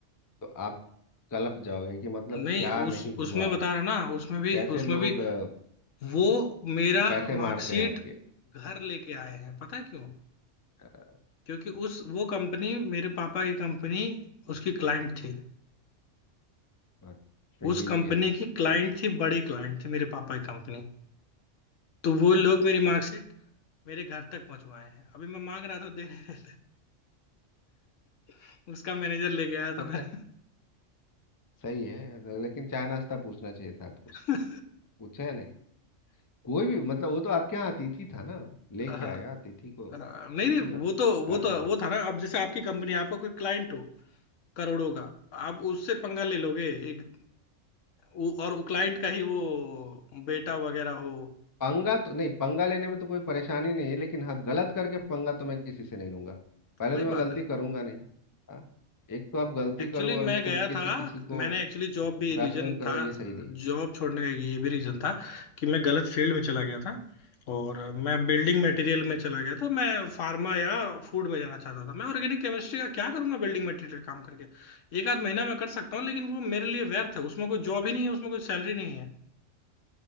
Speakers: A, on the left; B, on the left.
A: तो आप कलप जाओगे कि मतलब
B: नहीं
A: क्या नहीं
B: उस
A: हुआ
B: उसमें बता रहा ना उसमें भी
A: कैसे
B: उसमें
A: लोग
B: भी
A: अ,
B: वो मेरा
A: पैसे मारते
B: मार्कशीट
A: हैं आपके
B: घर लेके आए हैं पता है क्यों
A: अ,
B: क्योंकि उस वो कंपनी मेरे पापा की कंपनी उसकी क्लाइंट थी
A: अच्छा
B: उस
A: ये
B: कंपनी
A: भी है
B: की क्लाइंट थी बड़ी क्लाइंट थी मेरे पापा की कंपनी तो वो लोग मेरी मार्कशीट मेरे घर तक पहुंचवाए हैं अभी मैं मांग रहा था देने <laughs> उसका मैनेजर लेके आया
A: होता
B: था
A: है सही है लेकिन चाय नाश्ता पूछना चाहिए था आपको
B: मैं
A: पूछे या नहीं कोई भी मतलब वो तो आपके यहाँ अतिथि था ना
B: <laughs>
A: लेके
B: अ,
A: आया अतिथि को अतिथि
B: नहीं नहीं वो
A: सत्कार
B: तो वो
A: करना
B: तो वो
A: चाहिए
B: था ना अब जैसे आपकी कंपनी आपका कोई क्लाइंट हो करोड़ों का आप उससे पंगा ले लोगे एक वो- और वो क्लाइंट का ही वो बेटा वगैरह हो
A: पंगा तो नहीं पंगा लेने में तो कोई परेशानी नहीं है लेकिन हाँ गलत करके पंगा तो मैं किसी से नहीं लूंगा पहले
B: वही
A: तो मैं
B: बात
A: गलती
B: है
A: करूंगा नहीं हाँ एक तो आप गलती
B: एक्चुअली
A: करो
B: मैं
A: और इस
B: गया
A: तरीके
B: था
A: से किसी को
B: मैंने एक्चुअली जॉब भी
A: हरासमेंट
B: रीजन
A: करो
B: था
A: ये सही नहीं
B: जॉब छोड़ने का ये भी रीजन था कि मैं गलत फील्ड में चला गया था और मैं बिल्डिंग मटेरियल में चला गया था मैं फार्मा या फूड में जाना चाहता था मैं ऑर्गेनिक केमिस्ट्री का क्या करूंगा बिल्डिंग मटेरियल काम करके एक आध महीना मैं कर सकता हूँ लेकिन वो मेरे लिए व्यर्थ है उसमें कोई जॉब ही नहीं है उसमें कोई सैलरी नहीं है